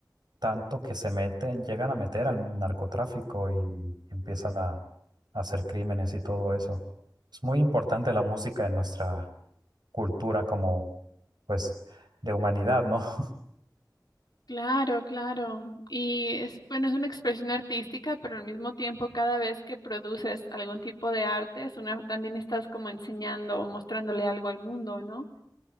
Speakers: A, on the right; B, on the left.
A: tanto que se meten, llegan a meter al narcotráfico y empiezan a, a hacer crímenes y todo eso. Es muy importante la música en nuestra cultura como, pues, de humanidad, ¿no? <laughs>
B: Claro, claro. Y es, bueno, es una expresión artística, pero al mismo tiempo cada vez que produces algún tipo de arte, es una, también estás como enseñando o mostrándole algo al mundo, ¿no?